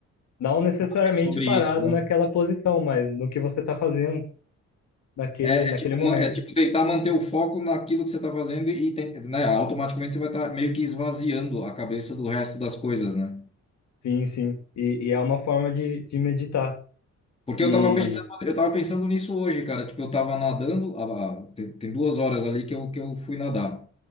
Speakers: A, on the left; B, on the left.
A: Não necessariamente
B: É sobre
A: parado
B: isso, né?
A: naquela posição, mas no que você está fazendo naquele,
B: É, é
A: naquele
B: tipo,
A: momento.
B: uma- é tipo tentar manter o foco naquilo que você tá fazendo e, tem- né, automaticamente você vai estar meio que esvaziando a cabeça do resto das coisas, né?
A: Sim, sim. E, e é uma forma de, de meditar.
B: Porque
A: E
B: eu tava pensando, eu tava pensando nisso hoje, cara. Tipo, eu tava nadando, a- a- tem, tem duas horas ali que eu, que eu fui nadar.